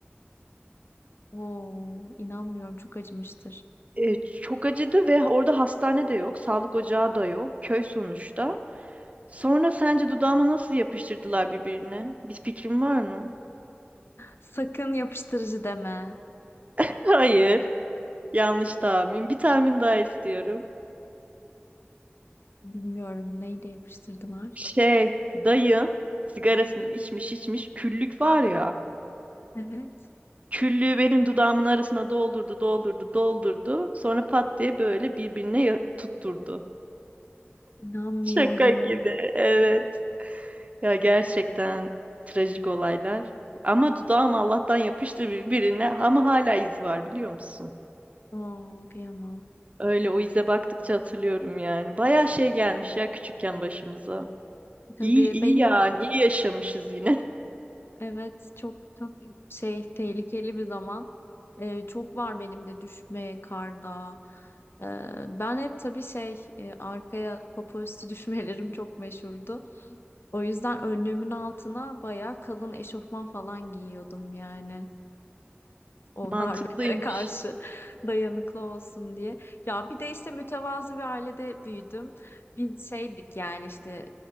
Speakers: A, on the left; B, on the right.
A: Oo, inanmıyorum çok acımıştır.
B: Ee, çok acıdı ve orada hastane de yok, sağlık ocağı da yok, köy sonuçta. Sonra sence dudağımı nasıl yapıştırdılar birbirine? Bir fikrin var mı?
A: Sakın yapıştırıcı deme.
B: <laughs> Hayır, yanlış tahmin. Bir tahmin daha istiyorum.
A: Bilmiyorum neyle yapıştırdılar.
B: Şey, dayım sigarasını içmiş içmiş küllük var ya.
A: Evet.
B: Küllüğü benim dudağımın arasına doldurdu, doldurdu, doldurdu. Sonra pat diye böyle birbirine ya- tutturdu.
A: İnanmıyorum.
B: Şaka gibi, evet. Ya gerçekten trajik olaylar. Ama dudağım Allah'tan yapıştı birbirine ama hala izi var biliyor musun?
A: Oo, kıyamam.
B: Öyle o ize baktıkça hatırlıyorum yani. Bayağı şey gelmiş ya küçükken başımıza.
A: Tabii
B: İyi iyi
A: benim
B: yani iyi yaşamışız yine. <laughs>
A: evet çok çok şey tehlikeli bir zaman. Ee, çok var benim de düşme karda. Ee, ben hep tabii şey e, arkaya popo üstü <laughs> düşmelerim çok meşhurdu. O yüzden önlüğümün altına bayağı kalın eşofman falan giyiyordum yani. O
B: Mantıklıymış.
A: darbelere karşı <laughs> dayanıklı olsun diye. Ya bir de işte mütevazı bir ailede büyüdüm. Biz şeydik yani işte